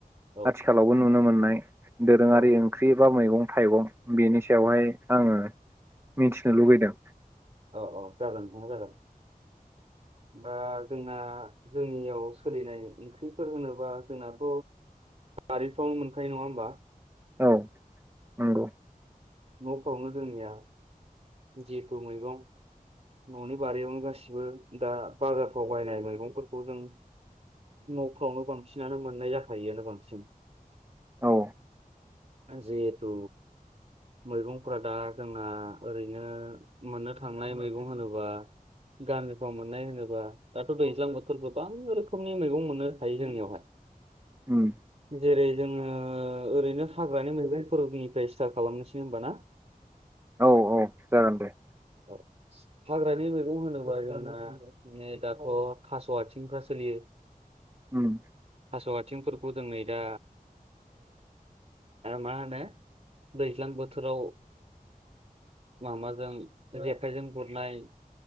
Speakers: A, on the right; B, on the right.
A: औ
B: आथिखालावबो नुनो मोन्नाय दोरोङारि
A: औ
B: ओंख्रि बा मै गं थाइगं बेनि सायावहाय आङो मिथिनो लुबैदों।
A: औ औ जागोन नोंथां जागोन।
B: <inaudible>
A: बा जोंना जोंनियाव सोलिनाय ओंख्रिफोर होनोबा जोंनाथ' बारिफ्रावनो मोनखायो नङा होमबा
B: औ नंगौ।
A: न'फ्रावनो जोंनिया जेहेथु मैगं न'नि बारियावनो गासिबो दा बाजारफ्राव बायनाय मैगंफोरखौ जों न'फ्रावनो बांसिनानो मोननाय जाखायोआनो बांसिन
B: औ
A: ओं जेहेतु मैगंफ्रा दा जोंना ओरैनो मोननो थांनाय मैगं होनोबा गामिफ्राव मोननाय होनोब्ला दाथ' दैज्लां बोथोरबो गोबां रोखोमनि मैगं मोननो हायो जोंनियावहाय
B: उम
A: जेरै जोङो ओरैनो हाग्रानि मैगंफोरनिफ्राय स्टार्ट खालामनोसै होमबा ना
B: औ औ जागोन दे
A: आठसा हाग्रानि मैगं होनोबा जोंना दाथ' थास' आथिंफ्रा सोलियो। <inaudible>
B: ओम
A: थास' आथिंफोरखौ जों नै दा मा होनो दैज्लां बोथोराव माबाजों जेखाइजों गुरनाय